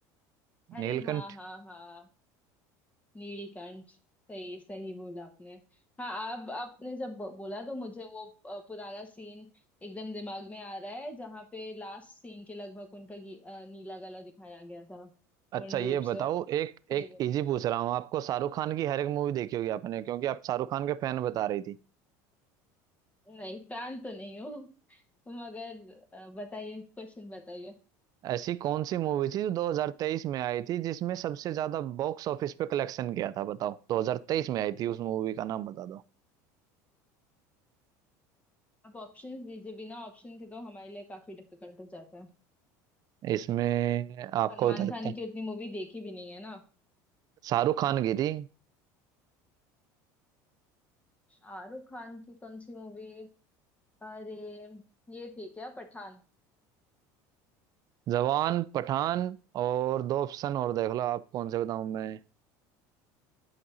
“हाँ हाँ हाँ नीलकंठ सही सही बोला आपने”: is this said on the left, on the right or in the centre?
Left